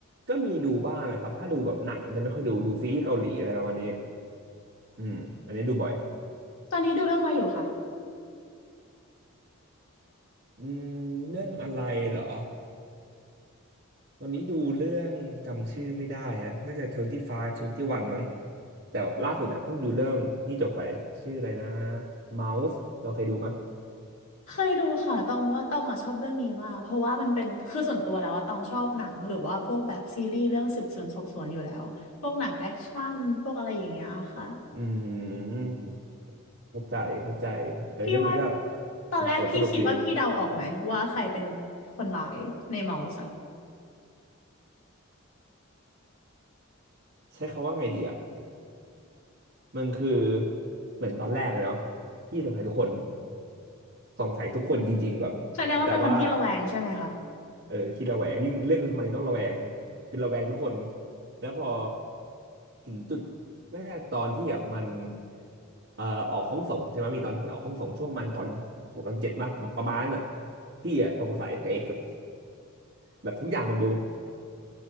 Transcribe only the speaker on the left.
ตอนนี้ดูเรื่องอะไรอยู่คะ
เคยดูค่ะตองว่าตองอ่ะชอบเรื่องนี้มากเพราะว่ามันเป็นคือส่วนตัวแล้วว่าตองชอบหนังหรือว่าพวกแบบซีรีส์เรื่องสืบสวนสอบสวนอยู่แล้วพวกหนังแอคชั่นพวกอะไรอย่างเงี้ยค่ะ
พี่ว่าตอนแรกพี่คิดว่าพี่เดาออกไหมว่าใครเป็น
คนร้ายในเมาส์อะ
แสดงว่าเป็นคนขี้ระแวงใช่ไหมคะ